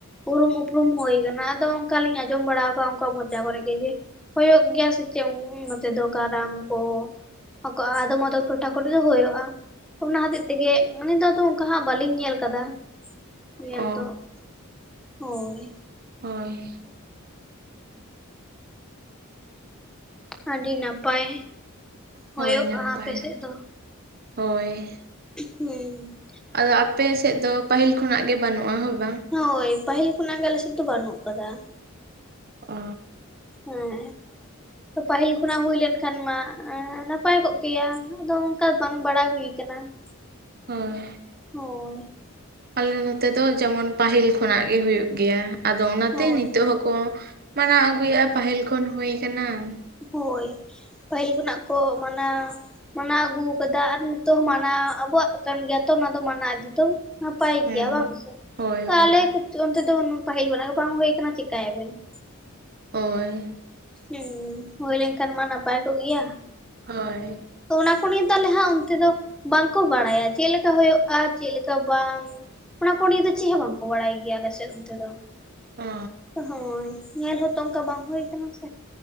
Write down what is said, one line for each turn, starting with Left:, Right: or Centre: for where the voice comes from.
Centre: ᱩᱨᱩᱢ ᱩᱯᱨᱩᱢ ᱦᱩᱭ ᱟᱠᱟᱱᱟ ᱟᱫᱚ ᱚᱱᱠᱟᱞᱤᱧ ᱟᱸᱡᱚᱢ ᱵᱟᱲᱟ ᱟᱠᱟᱫ ᱩᱱᱠᱩᱣᱟᱜ ᱢᱚᱡᱟ ᱠᱚᱨᱮ ᱜᱮ ᱡᱮ ᱦᱩᱭᱩᱜ ᱜᱮᱭᱟ ᱥᱮ ᱪᱮᱫ ᱱᱚᱛᱮ ᱫᱚ ᱠᱟᱨᱟᱢ ᱠᱚ ᱠᱚᱼᱟ ᱟᱫᱚᱢ ᱟᱫᱚᱢ ᱴᱚᱴᱷᱟ ᱠᱚᱨᱮ ᱫᱚ ᱦᱩᱭᱩᱜᱼᱟ ᱚᱱᱟ ᱦᱚᱛᱮᱡ ᱛᱮᱜᱮ ᱩᱱᱤ ᱫᱚ ᱟ ᱚᱠᱟ ᱦᱚᱸ ᱵᱟᱹᱞᱤᱧ ᱧᱮᱞ ᱟᱠᱟᱫᱟ ᱧᱮᱞ
Right: ᱚ
Centre: ᱫᱚ ᱦᱚᱭ
Right: ᱦᱚᱭ
Centre: ᱟᱹᱰᱤ ᱱᱟᱯᱟᱭ ᱦᱳᱭᱳᱜᱼᱟ
Right: ᱦᱳᱭ ᱱᱟᱯᱟᱭ
Centre: ᱟᱯᱮ ᱥᱮᱫ ᱫᱚ
Right: ᱦᱳᱭ
Centre: ᱦᱩᱸ ᱾
Right: ᱟᱫᱚ ᱟᱯᱮ ᱥᱮᱫ ᱫᱚ ᱯᱟᱹᱦᱤᱞ ᱠᱷᱚᱱᱟᱜ ᱜᱮ ᱵᱟᱹᱱᱩᱜᱼᱟ, ᱦᱳᱭ ᱵᱟᱝ?
Centre: ᱦᱳᱭ ᱾ ᱯᱟᱹᱦᱤᱞ ᱠᱷᱚᱱᱟᱜ ᱜᱮ ᱟᱞᱮ ᱥᱮᱫ ᱫᱚ ᱵᱟᱹᱱᱩᱜ ᱟᱠᱟᱫᱟ ᱾
Right: ᱚ
Centre: ᱦᱮᱸ, ᱛᱚ ᱯᱟᱹᱦᱤᱞ ᱠᱷᱚᱱᱟᱜ ᱦᱩᱭ ᱞᱮᱱᱠᱷᱟᱱ ᱢᱟ ᱱᱟᱯᱟᱭ ᱠᱚᱜ ᱠᱮᱭᱟ ᱾ ᱟᱫᱚ ᱚᱱᱠᱟ ᱵᱟᱝ ᱵᱟᱲᱟᱭ ᱦᱩᱭ ᱟᱠᱟᱱᱟ ᱾
Right: ᱦᱳᱭ ᱾
Centre: ᱦᱳᱭ ᱾
Right: ᱟᱞᱮ ᱱᱚᱛᱮ ᱫᱚ ᱡᱮᱢᱚᱱ ᱯᱟᱹᱟᱦᱤᱞ ᱠᱷᱚᱱᱟᱜ ᱜᱮ ᱦᱩᱭᱩᱜ ᱜᱮᱭᱟ, ᱟᱫᱚ ᱚᱱᱟᱛᱮ
Centre: ᱦᱳᱭ
Right: ᱱᱤᱛᱚᱜ ᱦᱚᱸ ᱠᱚ ᱢᱟᱱᱟᱣ ᱟᱹᱜᱩᱭᱟ ᱯᱟᱹᱦᱤᱞ ᱠᱷᱚᱱ ᱦᱩᱭ ᱟᱠᱟᱱᱟ ᱾
Centre: ᱦᱳᱭ, ᱯᱟᱹᱦᱤᱞ ᱠᱷᱚᱱᱟᱜ ᱠᱚ ᱢᱟᱱᱟᱣ ᱢᱟᱱᱟᱣ ᱟᱹᱜᱩ ᱟᱠᱟᱫᱟ ᱟᱨ ᱱᱤᱛᱚᱜ ᱦᱚᱸ ᱢᱟᱱᱟᱣ ᱟᱵᱚᱣᱟᱜ ᱠᱟᱱ ᱜᱮᱭᱟ ᱛᱚ ᱚᱱᱟ ᱫᱚ ᱢᱟᱱᱟᱣ ᱤᱫ ᱫᱚ ᱾ ᱱᱟᱯᱟᱭ
Right: ᱦᱮᱸ
Centre: ᱜᱮᱭᱟ ᱵᱟᱝ ᱥᱮ,
Right: ᱦᱳᱭ
Centre: ᱛᱚ
Right: ᱦᱳᱭ
Centre: ᱟᱞᱮ ᱚᱱᱛᱮ ᱫᱚ ᱯᱟᱹᱦᱤᱞ ᱠᱷᱚᱱᱟᱜ ᱵᱟᱝ ᱦᱩᱭ ᱠᱟᱱᱟ ᱪᱮᱤᱠᱟᱭᱟᱵᱮᱱ ᱾
Right: ᱦᱳᱭ ᱾
Centre: ᱦᱮᱸ, ᱦᱩᱭ ᱞᱮᱱᱠᱷᱟᱱ ᱢᱟ ᱱᱟᱯᱟᱭ ᱠᱚᱜ ᱜᱮᱭᱟ ᱾
Right: ᱦᱳᱭ ᱾
Centre: ᱛᱚ ᱚᱱᱟ ᱠᱚ ᱱᱤᱭᱮ ᱫᱚ ᱟᱞᱮ ᱦᱟᱸᱜ ᱚᱱᱛᱮ ᱫᱚ ᱵᱟᱝᱠᱚ ᱵᱟᱲᱟᱭᱟ ᱪᱮᱫ ᱞᱮᱠᱟ ᱦᱩᱭᱩᱜᱼᱟ ᱪᱮᱫᱮᱠᱟ ᱵᱟᱝ ᱾ ᱚᱱᱟ ᱠᱚ ᱱᱤᱭᱟᱹ ᱫᱚ ᱪᱮᱫ ᱦᱚᱸ ᱵᱟᱝᱠᱚ ᱵᱟᱲᱟᱭ ᱜᱮᱭᱟ ᱟᱞᱮ ᱥᱮᱫ ᱚᱱᱛᱮ ᱫᱚ ᱾
Right: ᱚ
Centre: ᱦᱳᱭ ᱾ ᱧᱮᱞ ᱦᱚᱸᱛᱚ ᱚᱱᱠᱟ ᱵᱟᱝ ᱦᱩᱭ ᱠᱟᱱᱟ ᱥᱮ ᱾